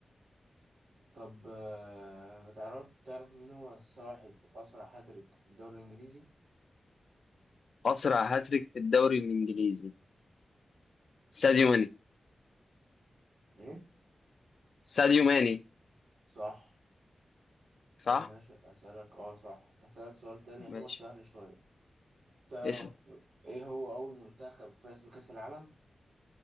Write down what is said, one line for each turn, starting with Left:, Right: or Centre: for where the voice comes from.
Right: طب آه، ما تعرف تعرف مين هو صاحب أسرع هاتريك في الدوري الإنجليزي؟
Left: اسرع هاتريك في الدوري الانجليزي ساديو ماني
Right: إيه؟
Left: ساديو ماني
Right: صح
Left: صح
Right: طب ماشي أسألك أه صح هسألك سؤال تاني يعتبر
Left: ماشي
Right: سهل شوية تعرف
Left: اسم
Right: إيه هو أول منتخب فاز بكأس العالم؟